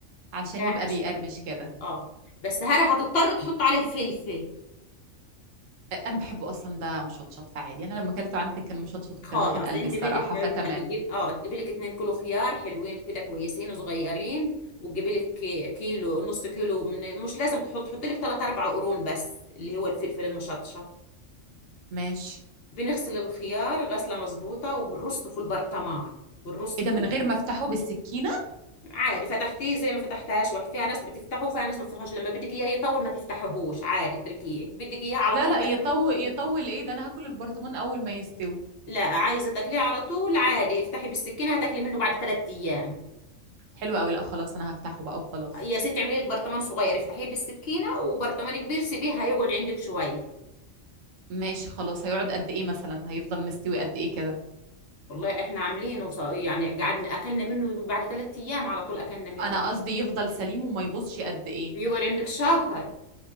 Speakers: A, on the right; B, on the left.
A: عشان
B: تلاقيها
A: يبقى
B: ناشفة
A: بيقرمش كده
B: اه بس هره هتضطر تحط عليه فلفل
A: انا بحبه اصلا ده مشطشط فعادي انا لما اكلته عندك كان مشطشط وكان
B: خلاص
A: واخد قلبي
B: انت
A: الصراحه
B: بدك لعبة
A: فتمام
B: قلب تجيب اه تجيبي لك اتنين كيلو خيار حلوين كده كويسين وصغيرين وتجيبي لك كي- كيلو نص كيلو من مش لازم تحط حطي لك 3 4 قرون بس اللي هو الفلفل المشطشط
A: ماشي
B: بنغسل الخيار غسلة مظبوطة وبنرصه في البرطمان بنرص
A: ايه
B: فيه
A: ده من غير ما افتحه بالسكينه
B: عادي فتحتيه زي ما فتحتهاش واحد فيها ناس بتفتحه وفيها ناس ما بتفتحوش لما بدك اياه يطول ما تفتحهوش عادي اتركيه بدك اياه على
A: لا
B: طول
A: لا
B: تاك-
A: يطول يطول ايه ده انا هاكل البرطمان اول ما يستوي
B: لا عايزه تاكليه على طول عادي افتحي بالسكينه هتاكلي منه بعد ثلاث ايام
A: حلو قوي لا خلاص انا هفتحه بقى وخلاص
B: يا ستي اعملي لك برطمان صغير افتحيه بالسكينه وبرطمان كبير سيبيه هيقعد عندك شويه
A: ماشي خلاص هيقعد قد ايه مثلا هيفضل مستوي قد ايه كده
B: والله احنا عاملينه ص- يعني قعدنا اكلنا منه بعد ثلاث ايام على طول اكلنا منه
A: انا قصدي يفضل سليم وما يبصش قد ايه
B: بيقعد عندك شهر